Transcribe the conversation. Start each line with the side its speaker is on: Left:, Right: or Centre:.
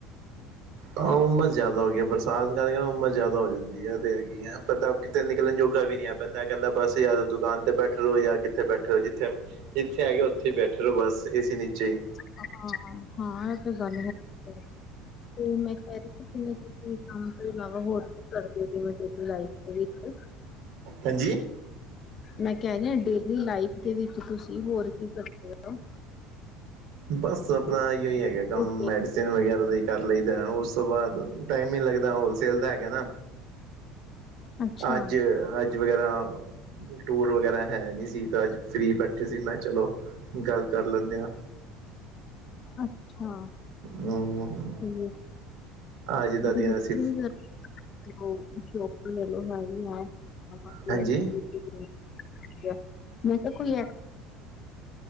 Right: ਹਾਂ, ਉਮਸ ਜ਼ਿਆਦਾ ਹੋ ਗਿਆ। ਬਰਸਾਤ ਕਾਰ ਨਾ ਉਮਸ ਜ਼ਿਆਦਾ ਹੋ ਜਾਂਦੀ ਏ ਪਤਾ ਕਿਤੇ ਨਿਕਲਣ ਜੋ ਵੀ ਨੀ ਬੰਦਾ ਕਹਿੰਦਾ- ਬੱਸ ਯ ਦੁਕਾਨ ਤੇ ਬੈਠੇ ਰੋ ਜਾਂ ਕਿੱਥੇ ਬੈਠੇ ਹੋ। ਜਿੱਥੇ ਜਿੱਥੇ ਆ ਗਿਆ ਉੱਥੇ ਹੀ ਬੈਠੇ ਰਹ ਬੱਸ ਏ ਨੀਚੇ ਹੀ।
Left: ਹਾਂ, ਹਾਂ, ਆ ਤੇ ਗੱਲ ਹੈ--ਗ--ਏ ਤੇ ਮੈਂ ਕਹਿ ਰਹੀ ਸੀ। ਕਿਵੇਂ ਤੁਸੀਂ ਕੰਮ ਤੋਂ ਇਲਾਵਾ ਹੋਰ ਕੁਛ ਕਰਦੇ ਹੋ। ਕਿਵੇਂ ਲਾਈਟ ਵੀ ਨਹੀ
Right: ਹਾਂਜੀ
Left: ਮੈਂ ਕਿਹਾਹਿ ਜ ਡੇਲੀ ਲਾਈਫ ਦੇ ਵਿੱਚ ਤੁਸੀਂ ਹੋਰ ਕੀ ਕਰਦੇ ਹੋ!
Right: ਬਸ, ਆਪਣਾ ਇੋ ਹੀ ਹੈਗਾ
Left: ਹੋ
Right: ਕੰਮ ਮੈਡੀਸਿਨ ਵਗੈਰਾ ਦਾ ਹੀ ਕਰ ਲਈਦਾ।। ਉਸ ਤੋਂ ਬਾਅਦ ਟਾਈਮ ਨੀ ਲੱਗਦਾ। ਹੋਲਸੇਲ ਦਾ ਹੈਗਾ ਨਾ।
Left: ਅੱਛਾ
Right: ਅੱਜ, ਅੱਜ, ਵਗੈਰਾ ਟੂਰ ਵਗੈਰਾ ਹੈ ਨਹੀਂੀ ਸੀ। ਤਾਂ ਅੱਜ ਫਰੀ ਜਂ ਮੈਂ ਚਲੋ, ਗੱਲ ਕਰ ਲੈਂਦੇ ਹਾਂ‌।
Left: ਅੱਛਾ,
Right: ਹਮ
Left: ਠੀਕ
Right: ਅੱਜ
Left: ਮ
Right: ਦਾ ਦਿਨ
Left: ਗ
Right: ਅਸੀਂ
Left: ਵੀ ਨ <inaudible> ਹੋ ਸ਼ੋ ਗਲੋ ਹੈ ਹੈ <unintelligible>
Right: ਹਾਂਜੀ
Left: <inaudible> ਮੈਂ ਤਾਂ ਕੁਈ